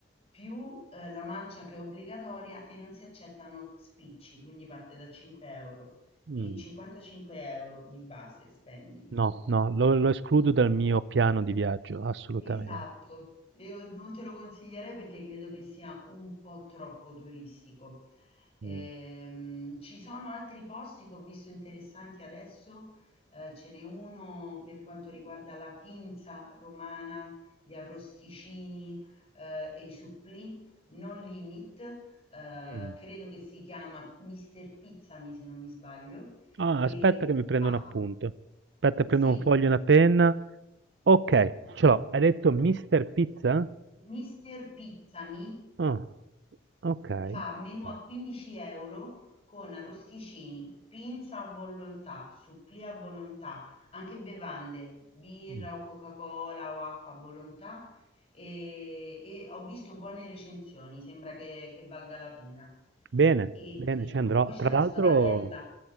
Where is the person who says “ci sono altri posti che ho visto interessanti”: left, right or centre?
Left